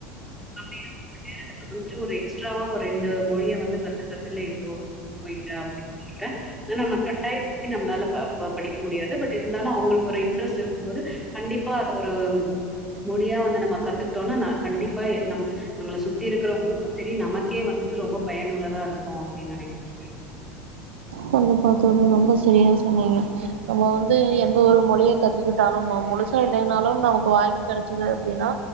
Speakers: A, in the centre; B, on the right.
A: அப்டி இருக்க நேரத்துல வந்துட்டு நம்ப ஒரு எக்ஸ்ட்ராவா ஒரு ரெண்டு மொழியை வந்து கத்துக்கறதுல எந்த ஒரு தப்பும் இல்ல அப்படின்னு நினக்கிறே ஆனா நம்ம கட்டாயப்படுத்தி நம்மளால படிக்க முடியாது பட் இருந்தாலும் அவங்களுக்கு ஒரு இன்ட்ரெஸ்ட் இருக்கும் போது கண்டிப்பா அது ஒரு மொழியா வந்து நம்ம கத்துட்டோம்னா ந கண்டிப்பா நம்ம நம்மள சுத்தி இருக்கிறவங்களுக்கும் செரி நமக்கே வந்துட்டு ரொம்ப பயனுள்ளதா இருக்கும் அப்படின்னு நனைக்கிறே
B: கண்டிப்பா தோழி ரொம்ப சரியா சொன்னீங்க நம்ம வந்து எந்த ஒரு மொழிய கத்துக்கிட்டாலு முழுசா இல்லைனாலு நமக்கு வாய்ப்பு கிடைச்சிது அப்படின்னா